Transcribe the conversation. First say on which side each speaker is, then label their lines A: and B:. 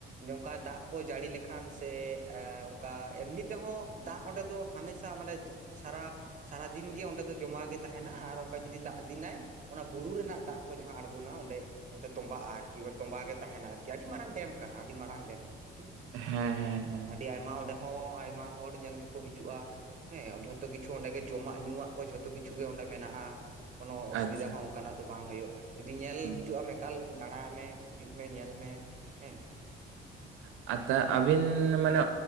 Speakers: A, on the right; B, on the right.
A: ᱱᱚᱝᱠᱟ ᱫᱟᱜ ᱠᱚ ᱡᱟᱹᱲᱤ ᱞᱮᱠᱷᱟᱱ ᱥᱮ ᱮ ᱚᱱᱠᱟ ᱮᱢᱱᱤ ᱛᱮᱦᱚᱸ ᱫᱟᱜ ᱚᱸᱰᱮ ᱫᱚ ᱦᱟᱢᱮᱥᱟ ᱢᱟᱱᱮ ᱥᱟᱨᱟ ᱥᱟᱨᱟᱫᱤᱱ ᱜᱮ ᱚᱸᱰᱮ ᱫᱚ ᱡᱚᱢᱟ ᱜᱮ ᱛᱟᱦᱮᱱᱟ ᱟᱨ ᱚᱱᱠᱟ ᱡᱩᱫᱤ ᱫᱟᱜ ᱫᱤᱱᱟᱭ᱾ ᱚᱱᱟ ᱵᱩᱨᱩ ᱨᱮᱱᱟᱜ ᱫᱟᱜ ᱠᱚ ᱡᱟᱦᱟᱸ ᱟᱬᱜᱚᱱᱟ ᱚᱸᱰᱮ ᱚᱸᱰᱮ ᱛᱚᱸᱵᱟᱜᱼᱟ ᱟᱨᱠᱤ ᱛᱚᱸᱵᱟ ᱜᱮ ᱛᱟᱦᱮᱱᱟ ᱟᱨᱠᱤ ᱟᱹᱰᱤ ᱢᱟᱨᱟᱝ ᱰᱮᱢ ᱠᱟᱱᱟ ᱟᱹᱰᱤ ᱢᱟᱨᱟᱝ ᱰᱮᱢ ᱦᱮᱸ᱾
B: ᱦᱮᱸ ᱦᱮᱸ ᱦᱮᱸ ᱦᱮᱸ
A: ᱟᱹᱰᱤ ᱟᱭᱢᱟ ᱚᱸᱰᱮ ᱦᱚᱸ ᱟᱭᱢᱟ ᱦᱚᱲ ᱧᱮᱞ ᱜᱮᱠᱚ ᱦᱤᱡᱩᱜᱼᱟ ᱦᱮᱸ ᱡᱷᱚᱛᱚ ᱠᱤᱪᱷᱩ ᱚᱸᱰᱮ ᱜᱮ ᱡᱚᱢᱟᱜ ᱧᱩᱣᱟᱜ ᱠᱚ ᱡᱷᱚᱛᱚ ᱠᱤᱪᱷᱩ ᱜᱮ ᱚᱸᱰᱮ ᱢᱮᱱᱟᱜᱼᱟ ᱠᱳᱱᱳ ᱚᱥᱩᱵᱤᱫᱟ
B: ᱟᱪᱪᱷᱟ
A: ᱦᱚᱸ ᱚᱱᱠᱟᱱᱟᱜ ᱫᱚ ᱵᱟᱝ ᱦᱩᱭᱩᱜᱼᱟ᱾ ᱡᱩᱫᱤ ᱧᱮᱞ
B: ᱦᱮᱸ
A: ᱦᱤᱡᱩᱜ ᱟᱢ ᱮᱠᱟᱞ ᱫᱟᱬᱟᱭ ᱢᱮ ᱦᱤᱡᱩᱜ ᱢᱮ ᱧᱮᱞ ᱢᱮ ᱦᱮᱸ᱾
B: ᱟᱛᱟ ᱟᱹᱵᱤᱱ ᱢᱟᱱᱮ